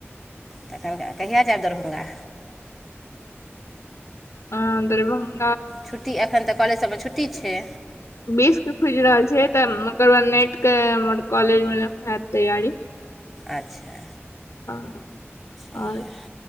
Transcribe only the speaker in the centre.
तखन कहिया जायब दरभंगा
छुट्टी एखन तऽ कॉलेज सभ मे छुट्टी छै
अच्छा
इएह